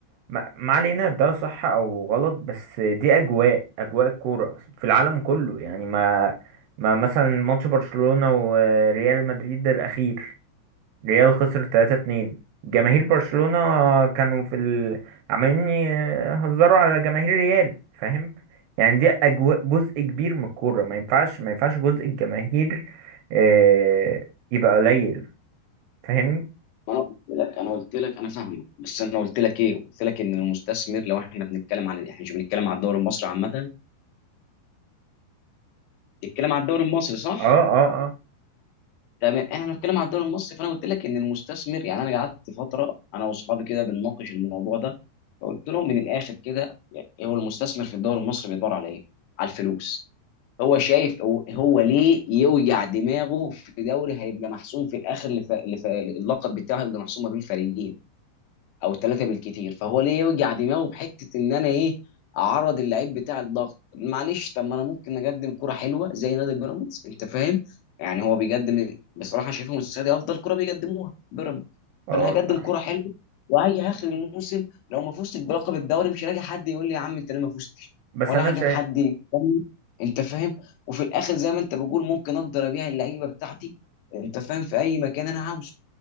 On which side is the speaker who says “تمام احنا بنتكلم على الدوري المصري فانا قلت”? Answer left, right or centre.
Left